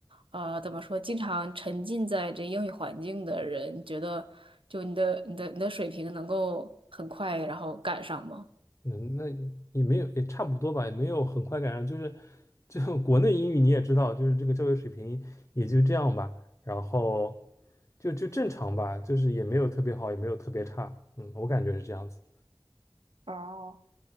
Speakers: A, on the right; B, on the left.
A: 呃怎么说，经常沉浸在这英语环境的人，你觉得就你的你的你的水平能够很快然后赶上吗？
B: 嗯，那也没有也差不多吧，也没有很快赶上，就是就 <laughs> 国内英语你也知道，就是这个教育水平也就这样吧，然后就就正常吧，就是也没有特别好，也没有特别差，嗯，我感觉是这样子。
A: 哦，